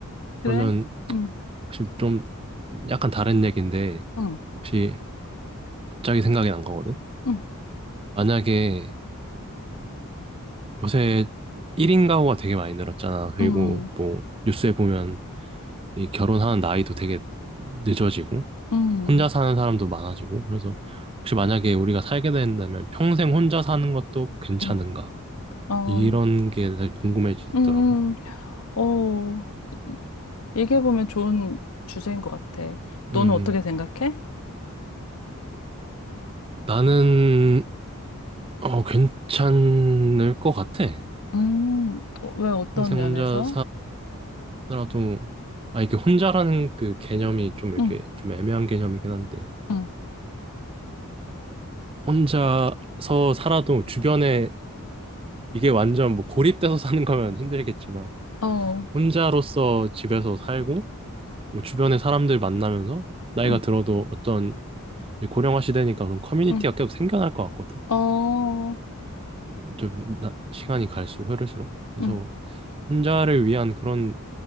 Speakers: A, on the left; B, on the right.
A: 그래?
B: 그러면
A: 음,
B: 혹시 좀 약간 다른 얘기인데
A: 음,
B: 혹시 갑자기 생각이 난 거거든?
A: 음,
B: 만약에 요새 1인 가구가 되게 많이 늘었잖아. 그리고
A: 음,
B: 뭐 뉴스에 보면 이 결혼하는 나이도 되게 늦어지고
A: 음,
B: 혼자 사는 사람도 많아지고 그래서 혹시 만약에 우리가 살게 된다면 평생 혼자 사는 것도 괜찮은가?
A: 음, 어,
B: 이런 게 사실 궁금해지더라고요.
A: 음, 어, 얘기해보면 좋은 주제인 것 같아. 너는
B: 음,
A: 어떻게 생각해?
B: 나는 어, 괜찮을 것 같아.
A: 음, 어, 왜 어떤
B: 평생
A: 면에서?
B: 혼자 나도 아 이게 혼자라는 그 개념이 좀 이렇게
A: 응,
B: 좀 애매한 개념이긴 한데
A: 응,
B: 혼자서 살아도 주변에 이게 완전 뭐 고립돼서 사는 거면 힘들겠지만
A: 어,
B: 혼자로서 집에서 살고 뭐 주변에 사람들 만나면서 나이가
A: 응,
B: 들어도 어떤 이제 고령화 시대니까 그런 커뮤니티가
A: 응.
B: 계속 생겨날 것 같거든.
A: 어,
B: 좀 나- 시간이 갈수록 흐를수록 그래서
A: 음,
B: 혼자를 위한 그런